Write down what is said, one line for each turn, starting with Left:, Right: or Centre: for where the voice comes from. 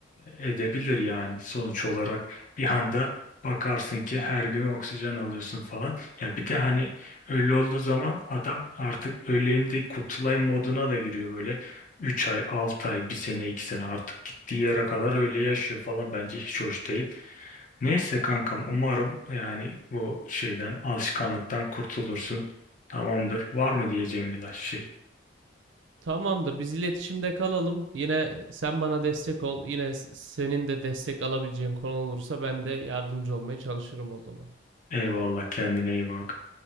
Left: edebilir yani sonuç olarak bir anda bakarsın ki her gün oksijen alıyorsun falan. Ya bir de hani öyle olduğu zaman adam artık öleyim de kurtulayım moduna da giriyor böyle. üç ay, 6 ay, bir sene, iki sene artık gittiği yere kadar öyle yaşıyor falan bence hiç hoş değil. Neyse kankam umarım yani bu şeyden alışkanlıktan kurtulursun. Tamamdır. Var mı diyeceğim bir şey?
Right: Tamamdır. Biz iletişimde kalalım. Yine sen bana destek ol. Yine senin de destek alabileceğin konu olursa ben de yardımcı olmaya çalışırım o zaman.
Left: Eyvallah kendine iyi bak.